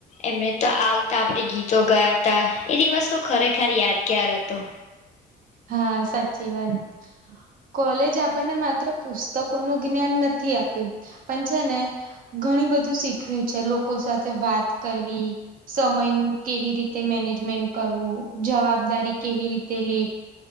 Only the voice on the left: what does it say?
એમણે તો આવતા આપણે ગીતો ગાતા એધ વસ્તુ ખરેખર યાદગાર હતો